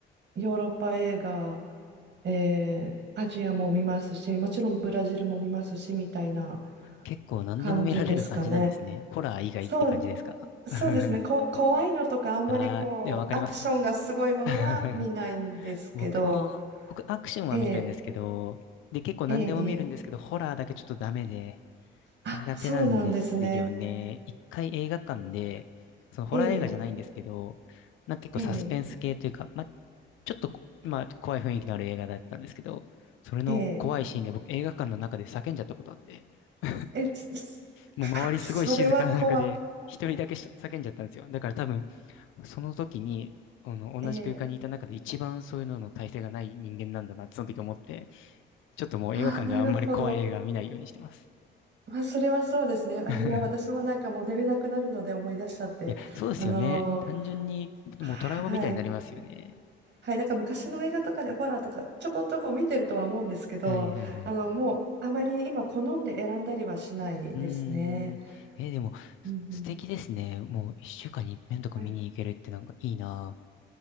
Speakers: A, on the right; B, on the left.
A: ヨーロッパ映画、えーアジアも見ますし、もちろんブラジルも見ますし、みたいな
B: 結構何でも見られる感じなんですね。
A: 感じですかね。
B: ホラー以外って感じですか
A: そう、
B: <laughs> あ
A: そうですね。こ、怖いのとかあんまりこう、
B: あ、でもわかります。
A: アクションがすごいものは見ないんですけど、
B: <laughs> 僕も、僕アクションは見るんですけど、
A: ええ
B: で、結構何でも見るんですけど、
A: ええええ
B: ホラーだけちょっとダメで、
A: あ、
B: 苦手なんですよね。
A: そうなんですね。
B: 一回映画館で、そのホラー映画じゃないんですけど、
A: ええ
B: なんか結構サスペンス系というか、
A: え
B: まあ、ちょっとこ、まあ、怖い雰囲気のある映画だったんですけど、それの怖いシーンで僕映画館の中で叫んじゃったことあって、
A: ええ
B: <laughs>
A: ええ、つつ
B: もう周りすごい静かな中で一人だけし叫んじゃったんですよ。
A: <laughs> それは怖い。
B: だから多分、その時に、あの、同じ空間にいた中で一番そういうのの耐性がない人間なんだなってその時思って、
A: ええ
B: ちょっともう映画館ではあんまり怖い映画は見ないようにしてます。
A: あ、なるほど。まあ、それはそうですね。あ、
B: <laughs>
A: いや、私もなんかもう寝れなくなるので思い出しちゃって。
B: いや、そうですよね。
A: あのー
B: 単純に、もうトラウマみたいになりますよね。
A: はい。はい、なんか昔の映画とかでホラーとかちょこちょこ見てるとは思うんですけど、
B: はいはいはい。
A: あの、もうあまり今好んで選んだりはしないですね。
B: うーん。えーでも、
A: うんうん
B: す素敵ですね。もう一週間に一遍とか見に行けるってなんかいいな。
A: はい